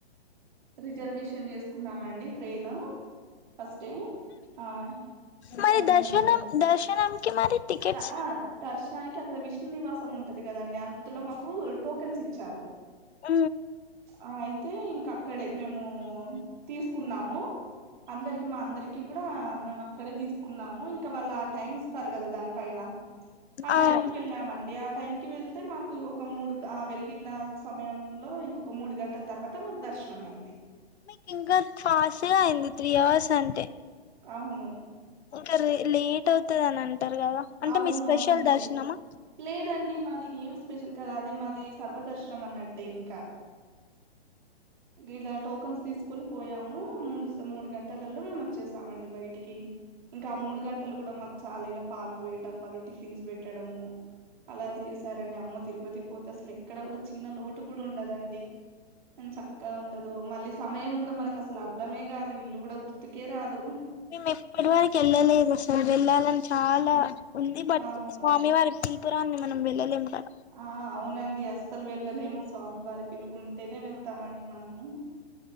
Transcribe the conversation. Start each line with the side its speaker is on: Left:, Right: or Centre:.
Right: రిజర్వేషన్ చేసుకున్నాం అండి ట్రైన్ ఫస్టే ఆ
Left: మరి
Right: సో,
Left: దర్శన
Right: మేము
Left: దర్శనంకి మరి టికెట్స్
Right: ద ఆ దర్శనానికి అక్కడ విష్ణు నివాసం ఉంటది కదండి అందులో మాకు టోకెన్స్ ఇచ్చారు
Left: ఉ
Right: ఆ అయితే ఇంక అక్కడే మేము తీసుకున్నాము అందరికి మా అందరికి కూడా మేము అక్కడే తీసుకున్నాము ఇంక వాళ్ళు ఆ టైమ్ ఇస్తారు కదా దాని పైన ఆ
Left: అవును
Right: టైమ్ కి వెళ్ళామండి ఆ టైమ్కి వెళ్తే మాకు ఒక మూడు వెళ్ళిన సమయంలో ఇంకొక మూడు గంటల తర్వాత మా దర్శనం నమైంది
Left: మీకు ఇంకా తాస్ట్ గా అయింది త్రీ అవర్స్ అంటే
Right: అవును
Left: ఇంకా రే లేట్ అవుతది అని అంటారు కదా అంటే
Right: అవునవునండి
Left: మీ స్పెషల్ దర్శనమా
Right: లేదండి మాది ఏం స్పెషల్ కద అది మాది సర్వదర్శనం అన్నట్టే ఇంకా ఇలా టోకెన్స్ తీసుకొని పోయాము మూడు మూడు గంటలలో మేము వచ్చేసామండి బయటికి ఇంకా మూడు గంటలు కూడా మాకు చాలా ఇలా పాలు పోయడం వాళ్ళు టిఫిన్స్ పెట్టడము అలా చేస్ సరండి అమ్మ తిరుపతి పోతే అసలు ఎక్కడ కూడా చిన్న లోటు కూడా ఉండదండి అని చక్కగా ఉంటదో మళ్ళీ సమయం కూడా మనకు అసలు అర్ధమే కాదు ఇల్లు కూడా గుర్తుకే రాదు
Left: మేము ఇప్పటి వరకు వెళ్ళలేదు సార్ వెళ్ళాలని చాలా ఉంది బట్
Right: అవునా
Left: స్వామి వారి పిలుపురాంది మనం వెళ్ళలేము కదా
Right: ఆ అవునండి అస్సలు వెళ్ళలేము స్వామివారి పిలుపుంటేనే వెళ్తామండి మనము